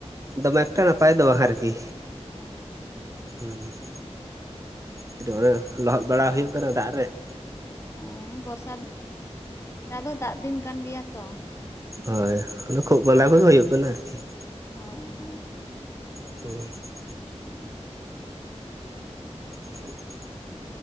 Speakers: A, on the right; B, on the left.
A: ᱫᱚᱢᱮ ᱮᱠᱴᱟ ᱱᱟᱯᱟᱭ ᱫᱚ ᱵᱟᱝ ᱟᱨᱠᱤ
B: ᱦᱳᱭ
A: ᱦᱚᱸ ᱾ ᱠᱟᱹᱴᱤᱡ ᱚᱱᱮ ᱞᱚᱦᱚᱫ ᱵᱟᱲᱟ ᱦᱩᱭᱩᱜ ᱠᱟᱱᱟ ᱫᱟᱜ ᱨᱮ ᱾
B: ᱦᱳᱭ ᱵᱚᱨᱥᱟ ᱫᱤ ᱱᱮᱛᱟᱨ ᱫᱚ ᱫᱟᱜ ᱫᱤᱱ ᱠᱟᱱ ᱜᱮᱭᱟ ᱛᱚ ᱾
A: ᱦᱳᱭ ᱚᱱᱟ ᱠᱷᱩᱜ ᱢᱟᱸᱫᱟ ᱠᱚᱜᱮ ᱦᱩᱭᱩᱜ ᱠᱟᱱᱟ ᱟᱨ ᱠᱤ ᱾
B: ᱦᱳᱭ ᱦᱳᱭ ᱾
A: ᱦᱩᱸ ᱾
B: ᱦᱳᱭ ᱾
A: <inaudible>